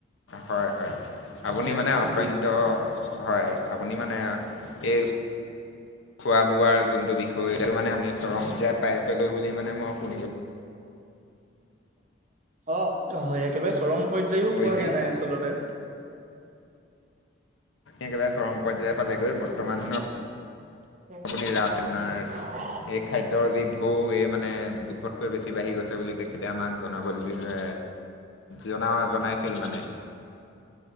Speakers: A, on the left; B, on the right.
A: হয় হয়। আপুনি
B: হয়
A: মানে
B: কিন্তু
A: অত্যন্ত হয় আপুনি মানে এই- খোৱা বোৱাৰ যোনটো বিষ- ত এইডাল মানে আনি চৰম পূজাই পাইছগৈ বুলি মানে মই শুনি-
B: অ হয় একেবাৰে চৰম পৰ্যায়ও
A: কৰিছিল
B: পোৱা গে নাই আচলতে।
A: একেবাৰে চৰম পৰ্যায় পালেগৈ। বৰ্তমান
B: <unintelligible>
A: হেনো আপুনি ৰাজ আপোনাৰ এই খাদ্যৰ যি ঢৌ এই মানে- জোখতকৈ বেছি বাঢ়ি গৈছে বুলি তেখেতে আমাক জনাবলে দিয়ে। জনা জনাইছিল মানে।